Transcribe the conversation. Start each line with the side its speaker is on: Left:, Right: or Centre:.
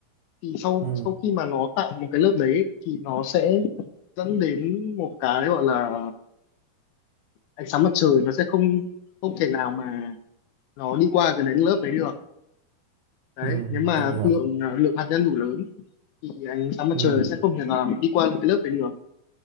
Left: thì sau
Right: ừ
Left: sau khi mà nó tạo một cái lớp đấy ấy, thì nó sẽ dẫn đến một cái gọi là ánh sáng mặt trời nó sẽ không không thể nào mà nó đi qua cái đến lớp đấy được đấy
Right: ừ
Left: nếu mà
Right: thương hiệu
Left: lượng lượng hạt nhân đủ lớn thì ánh sáng mặt
Right: ừ
Left: trời sẽ không thể nào mà đi qua cái lớp đấy được